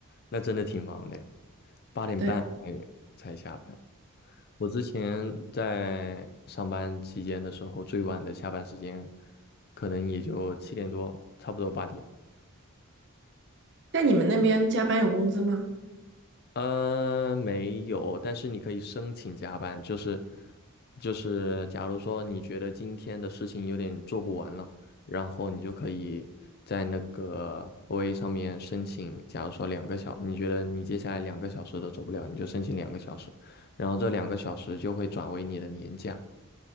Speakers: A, on the left (about 45°); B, on the right (about 55°).
A: 那真的挺忙的，八点半才才下班。
B: 对，
A: 我之前在上班期间的时候，最晚的下班时间可能也就七点多，差不多八点。
B: 在你们那边加班有工资吗？
A: 呃，没有，但是你可以申请加班，就是就是，假如说你觉得今天的事情有点做不完了，然后你就可以在那个 OA 上面申请，假如说两个小，你觉得你接下来两个小时都走不了，你就申请两个小时，然后这两个小时就会转为你的年假。